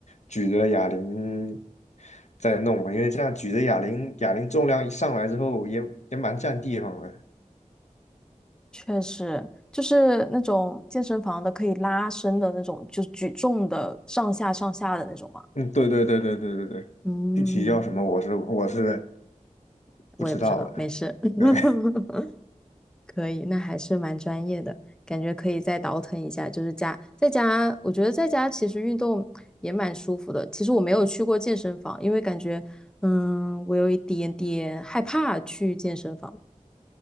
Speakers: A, on the left; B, in the centre.
A: 举着哑铃再弄了，因为这样举着哑铃，哑铃重量一上来之后也也蛮占地方的。
B: 确实，就是那种健身房的可以拉伸的那种，就是举重的上下上下的那种嘛。
A: 嗯，对对对对对对对，
B: 嗯，
A: 具体叫什么我是我是不知道了。
B: 我也不知道，没事。<laughs>
A: 对，
B: 可以，那还是蛮专业的，感觉可以再倒腾一下。就是家在家，我觉得在家其实运动也蛮舒服的。其实我没有去过健身房，因为感觉，嗯，我有一点点害怕去健身房。